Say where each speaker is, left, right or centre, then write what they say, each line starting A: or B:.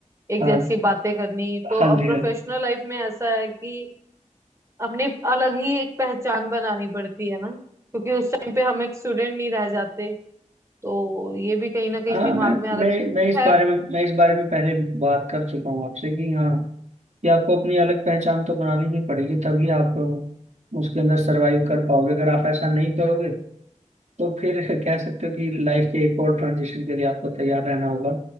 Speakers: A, on the right; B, on the right.
A: एक
B: हाँ
A: जैसी बातें करनी तो
B: हाँ
A: अब
B: जी
A: प्रोफेशनल
B: हाँ जी
A: लाइफ में ऐसा है कि अपनी अलग ही एक पहचान बनानी पड़ती है ना क्योंकि उस टाइम पे हम एक स्टूडेंट नहीं रह जाते तो ये भी कहीं ना कहीं
B: हाँ
A: दिमाग
B: मैं
A: में आ
B: मैं
A: रहा
B: मैं इस बारे
A: है
B: में मैं इस बारे में पहले बात कर चुका हूँ आपसे कि हाँ कि आपको अपनी अलग पहचान तो बनानी ही पड़ेगी तभी आप उसके अंदर सरवाइव कर पाओगे अगर आप ऐसा नहीं करोगे तो फिर <laughs> कह सकते हो कि लाइफ के एक और ट्रांजिशन के लिए आपको तैयार रहना होगा